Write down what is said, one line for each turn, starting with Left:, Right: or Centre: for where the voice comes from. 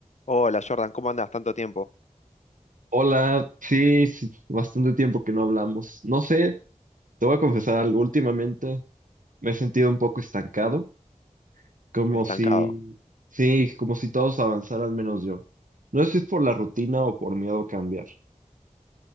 Left: Hola Jordan, ¿cómo andas tanto tiempo?
Right: Hola, sí, sí, bastante tiempo que no hablamos. No sé, te voy a confesar algo. Últimamente me he sentido un poco estancado, como
Left: Estancado.
Right: si, sí, como si todos avanzaran menos yo. No sé si es por la rutina o por miedo a cambiar.